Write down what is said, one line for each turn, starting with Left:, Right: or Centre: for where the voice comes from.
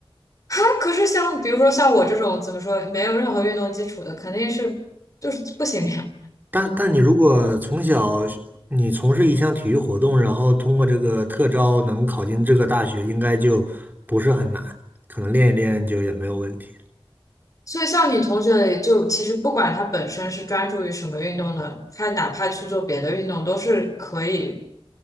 Left: 哈，可是像比如说像我这种怎么说没有任何运动基础的，肯定是就是不行的呀。
Right: 但但你如果从小是你从事一项体育活动，然后通过这个特招能考进这个大学，应该就不是很难，可能练一练就也没有问题。
Left: 所以像你同学里，就其实不管他本身是专注于什么运动的，他哪怕去做别的运动都是可以